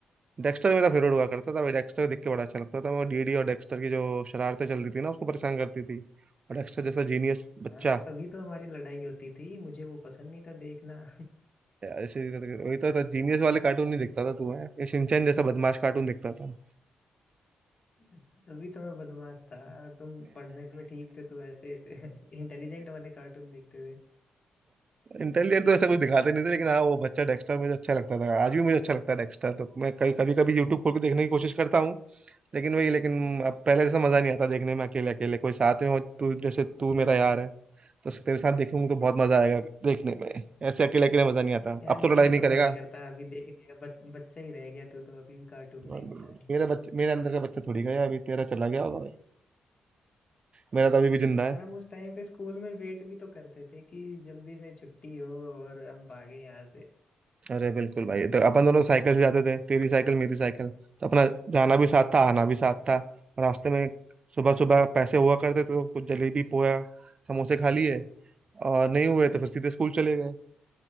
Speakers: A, on the right; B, on the left.
A: डेक्स्टर मेरा फेवरेट हुआ करता था भाई डेक्स्टर देख के बड़ा अच्छा लगता था मैं डीडी और डेक्स्टर की जो शरारतें चलती थी ना उसको परेशान करती थी और डेक्स्टर जैसा जीनियस बच्चा
B: हाँ तभी तो हमारी लड़ाई होती थी मुझे वो पसंद नहीं था देखना
A: यार ऐसे वही तो था जीनियस वाले कार्टून नहीं देखता था तू है ये शिनचैन जैसा बदमाश कार्टून देखता था
B: <laughs> तभी तो मैं बदमाश था और तुम पढ़ने में ठीक थे तो ऐसे <laughs> इंटेलिजेंट वाले कार्टून देखते थे
A: इंटेलिजेंट तो ऐसा कुछ दिखाते नहीं थे लेकिन हाँ वो बच्चा डेक्स्टर मुझे अच्छा लगता था आज भी मुझे अच्छा लगता है डेक्स्टर तो मैं कभी कभी कभी यूट्यूब खोल के देखने की कोशिश करता हूँ लेकिन वही लेकिन अब पहले जैसा मजा नहीं आता देखने में अकेले अकेले कोई साथ में हो तू जैसे तू मेरा यार है तो तेरे साथ देखूंगा तो बहुत मजा आएगा देखने में ऐसे अकेले अकेले मजा नहीं आता
B: यार
A: अब तो लड़ाई
B: मेरा
A: नहीं
B: तो
A: करेगा
B: मन नहीं करता अभी देखने का बच, बच्चा ही रह गया तू तो अभी भी कार्टून
A: मेरा
B: देखता है
A: बच्चे मेरे अंदर का बच्चा थोड़ी गया अभी तेरा चला गया होगा मेरा तो अभी भी जिंदा
B: और
A: है
B: हम उस टाइम पे स्कूल में वेट भी तो करते थे कि जल्दी से छुट्टी हो और हम भागे यहाँ से
A: अरे बिल्कुल भाई तो अपन दोनों साइकिल से जाते थे तेरी साइकिल मेरी साइकिल तो अपना जाना भी साथ था आना भी साथ था रास्ते में सुबह सुबह पैसे हुआ करते थे तो कुछ जलेबी पोया समोसे खा लिए और नहीं हुए तो फिर सीधे स्कूल चले गए